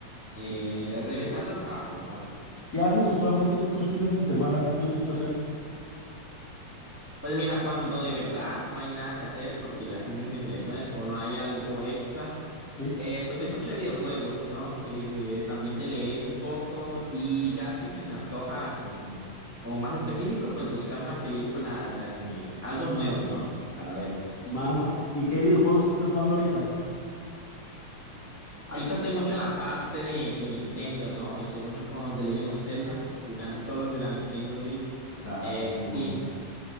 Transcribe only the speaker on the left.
¿Qué haces usualmente tú tus fines de semana? ¿Qué te gusta hacer?
¿Sí?
Va, va. ¿Y qué videojuegos estás jugando ahorita?
Ah,
son muy
bonitos.